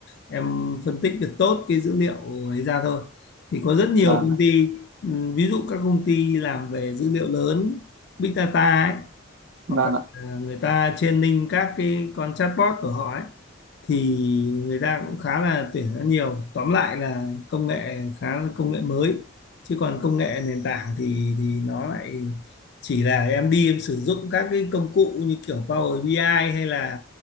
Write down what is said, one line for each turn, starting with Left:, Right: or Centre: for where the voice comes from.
Left: em phân tích được tốt cái dữ liệu ấy ra thôi thì có rất nhiều
Right: vâng
Left: công
Right: ạ
Left: ty ừm, ví dụ các công ty làm về dữ liệu lớn big data ấy hoặc
Right: vâng
Left: là
Right: ạ
Left: ờ, người ta training các cái con chatbot của họ ấy thì người ta cũng khá là tuyển rất nhiều tóm lại là công nghệ khá là công nghệ mới chứ còn công nghệ nền tảng thì thì nó lại chỉ là em đi em sử dụng các cái công cụ như kiểu Power BI ai hay là